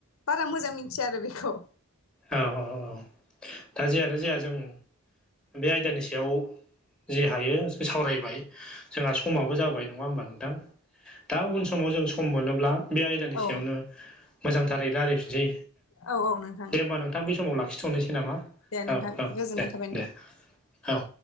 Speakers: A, on the left (about 70°); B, in the centre.
A: बारा मोजां मिथिया आरो बेखौ।
B: औ औ औ दा जेानो जाया जों बे आयदानि सायाव जे हायोखौ सावरायबाय जोंहा समाबो जाबाय नङा होमबा नोंथां दा उन समाव जों सम मोनोब्ला बे आयदानि
A: औ
B: सायावनो मोजांथारै रायलायफिनसै
A: औ औ नो
B: दे होमबा नोंथां बे समाव लाखिथ'नोसै नामा
A: दे नोंथां
B: औ औ
A: गोजोननाय
B: दे
A: थाबाय नोंथां
B: दे औ